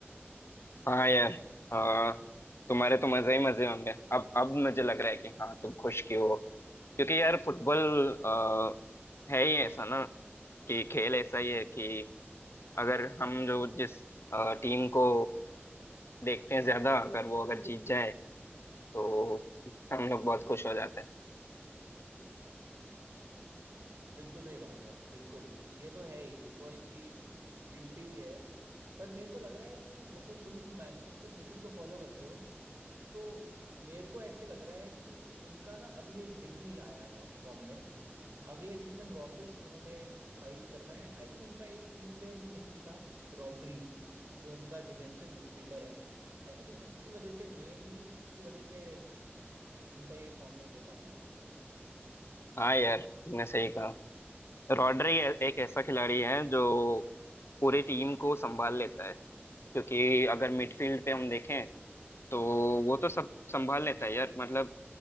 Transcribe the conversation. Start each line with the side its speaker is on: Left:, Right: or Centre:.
Left: हाँ यार अ, तुम्हारे तो मजे ही मजे होंगे अब अब मुझे लग रहा है कि हाँ तुम खुश की हो क्योंकि यार फुटबॉल अ, है ही ऐसा ना
Right: <laughs>
Left: कि खेल ऐसा ही है कि अगर हम जो जिस टीम को देखते हैं ज्यादा अगर वो अगर जीत जाए तो हम लोग बहुत खुश हो जाते हैं
Right: बिल्कुल सही बात है बिल्कुल ये तो है ही फुटबॉल की ब्यूटी ये है पर मेरे को लग रहा है कि जैसे तुम मैनचेस्टर सिटी को फॉलो करते हो तो मेरे को ऐसे लग रहा है कि उनका ना अभी एक डिप ही आया है फॉर्म में अगले सीजन वापस उन्होंने फाइट करना है आई थिंक उनका एक की प्लेयर भी मिसिंग था रॉड्री जो उनका डिफेंसिव मिडफील्डर है आई थिंक उसकी वजह से मेनली उसकी वजह से उनका ये फॉर्म में डिप आया है
Left: हाँ यार तुमने सही कहा रॉड्री ए- एक ऐसा खिलाड़ी है जो पूरी टीम को संभाल लेता है क्योंकि अगर मिडफील्ड पे हम देखें तो वो तो सब संभाल लेता है यार मतलब